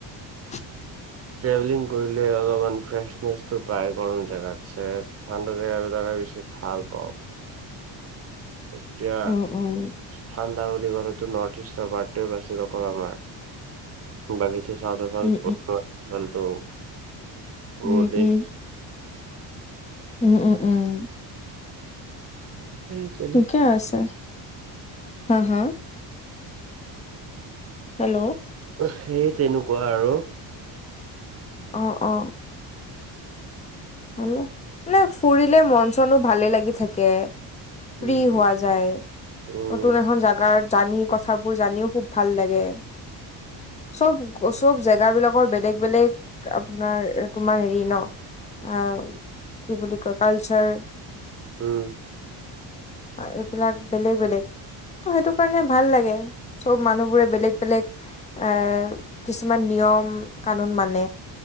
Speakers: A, on the left (about 15°); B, on the right (about 35°).
A: <unintelligible>
B: ট্ৰেভেলিং কৰিলে অলপমান ফ্ৰেচনেছটো পায় বাৰু গৰম জেগাত চাই ঠাণ্ডা জেগাবিলাকে বেছি ভাল পাও। এতিয়া
A: উম উম
B: ঠাণ্ডা বুলি ক'লেতো নৰ্থ ইষ্টৰ বাৰ্তেও বাছিল অকল আমাৰ। বাকীতো চাউথৰ ফালো
A: উম
B: সেইফালেতো
A: উম
B: ৰ'দে
A: উম উম উম, উম, উম।
B: সেইটোৱে
A: ঠিকে আছে হা, হা। হেল্ল
B: সেই তেনেকোৱা আৰু।
A: অ, অ। হয়নে, নাই ফুৰিলে মন চনো ভালে লাগি থাকে। ফ্ৰী
B: উম
A: হোৱা যায়,
B: উম
A: নতুন এখন জাগাৰ জানি কথাবোৰ জানিও খুব ভাল লাগে চব চব জেগাবিলাকৰ বেলেগ-বেলেগ আপোনাৰ তোমাৰ হেৰি ন। অ কি বুলি কয় কালচাৰ
B: উম।
A: অ এইবিলাক বেলেগ, বেলেগ। ত, সেইটো কাৰণে ভাল লাগে চব মানুহবোৰে বেলেগ -বেলেগ এ কিছুমান নিয়ম, কানুন মানে।